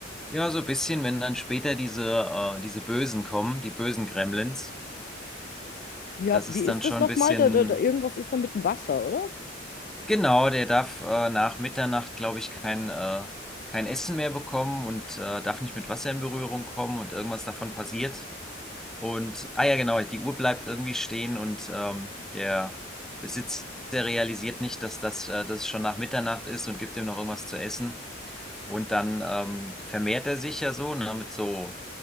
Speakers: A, in the centre; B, on the left.
A: Ja, so ein bisschen, wenn dann später diese, äh, diese Bösen kommen, die bösen Gremlins,
B: Ja,
A: das
B: wie
A: ist
B: ist
A: dann schon
B: das nochmal?
A: ein bisschen,
B: Da, da, da, irgendwas ist da mit dem Wasser, oder?
A: Genau, der darf äh, nach Mitternacht, glaube ich, kein, äh, kein Essen mehr bekommen und äh, darf nicht mit Wasser in Berührung kommen und irgendwas davon passiert. Und, ah ja, genau, die Uhr bleibt irgendwie stehen und ähm, der Besitzer realisiert nicht, dass das, äh, dass es schon nach Mitternacht ist und gibt ihm noch irgendwas zu essen. Und dann ähm, vermehrt er sich ja so, ne, mit so,